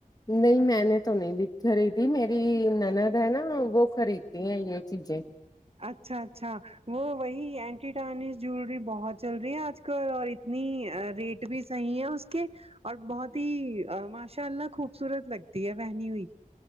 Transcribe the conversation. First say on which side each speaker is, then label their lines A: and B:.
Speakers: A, on the left (about 25°); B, on the right (about 40°).
A: نہیں میں نے تو نہیں خریدی میری نند ہے نا وہ خریدتی ہیں یہ چیزیں
B: اچھا اچھا وہ وہی اینٹیٹس جوولری بہت چل رہی ہے آج کل اور اتنی ریٹ بھی صحیح ہے اس کے اور بہت ہی ماشاء اللہ خوبصورت لگتی ہے بنی ہوئی